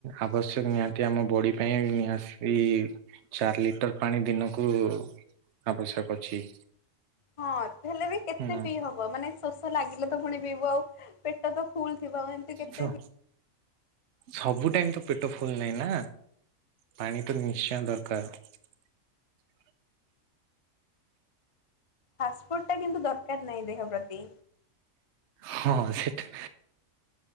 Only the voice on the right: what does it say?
ଆବଶ୍ୟକ ନିହାତି ଆମ ବଡି ପାଇଁ ନିହାତି ଚାରି ଲିଟର ପାଣି ଦିନକୁ ଆବଶ୍ୟକ ଅଛି।
ହୁଁ।
ତ ସବୁ ଟାଇମ ତ ପେଟ ଫୁଲ ନାହିଁ ନା ପାଣିଟା ନିଶ୍ଚୟ ଦରକାର
ହଁ ସେଠୁ